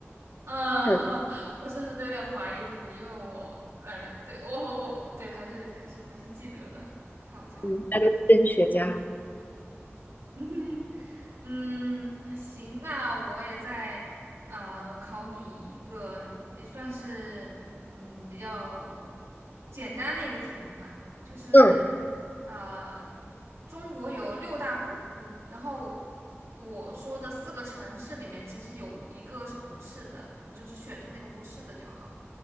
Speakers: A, on the right; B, on the left.
A: 啊，
B: 很
A: <laughs> 我甚至都有点怀疑自己，因为我，呃，对我我我对，还是还是还是记得的，<laughs> 太好笑了。
B: 嗯，那是真学家。
A: 嗯哼，嗯，行，那我也再啊，考你一个，也算是嗯比较简单的一个题目吧，就是
B: 嗯
A: 呃中国有六大古都，然后我说的四个城市里面其实有一个是不是的，你就是选出那个不是的就好。